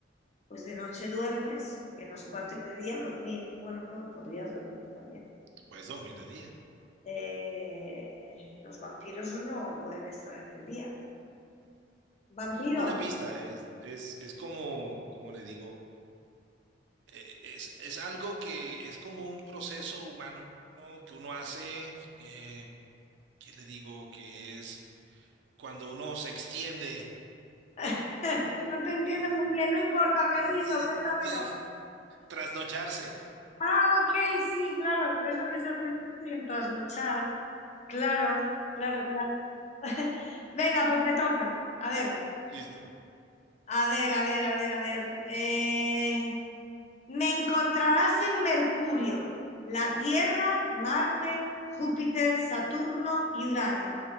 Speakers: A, on the left; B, on the right.
A: pues de noche duermes, que no se puede hacer de día, dormir, bueno, no, podrías dormir también.
B: Tú puedes dormir de día.
A: Eh, los vampiros no pueden estar en el día. Vampiro,
B: Una pista es, es, es como, como le digo, eh, es, es algo que es como un proceso humano que uno hace, eh, ¿qué le digo? Que es cuando uno se extiende,
A: <laughs> no te entiendo
B: eh,
A: muy bien, no importa, me
B: <laughs>
A: rindo, cuéntamelo.
B: trasnocharse.
A: Ah, ok, sí, claro, es lo que se hace de noche en trasnochar. Claro, claro, claro. <laughs> Venga, pues me toca. A ver.
B: Listo.
A: A ver, a ver, a ver, a ver. Eh, me encontrarás en Mercurio, la Tierra, Marte, Júpiter, Saturno y Urano,